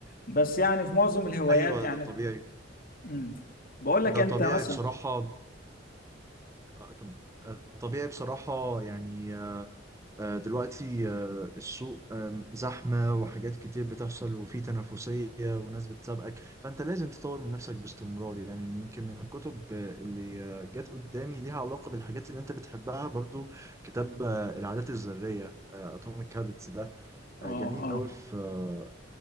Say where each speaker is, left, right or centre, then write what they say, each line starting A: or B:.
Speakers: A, on the left (about 50°); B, on the right (about 15°).
A: بس يعني في معظم الهوايات
B: أيوه
A: يعني
B: ده طبيعي
A: امم بقول لك
B: ده
A: انت
B: طبيعي
A: مثلا
B: بصراحة آه، كم- آه، طبيعي بصراحة يعني آه، دلوقتي آه، السوق آم، زحمة وحاجات كتير بتحصل وفي تنافسية وناس بتسابقك فأنت لازم تطور من نفسك باستمرار يعني يمكن من الكتب آه، اللي آه، جت قدامي ليها علاقة بالحاجات اللي أنت بتحبها برضو كتاب آه، العادات الذرية أتوميك هابتس ده
A: اه
B: آه، جميل
A: آه.
B: أوي في آه،